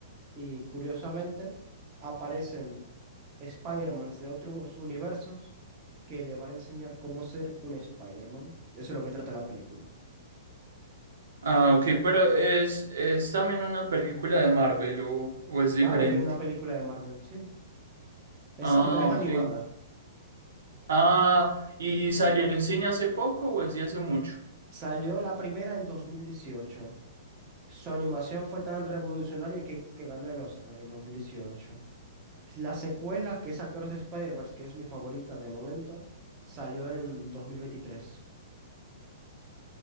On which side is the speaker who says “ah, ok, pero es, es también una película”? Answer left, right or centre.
Right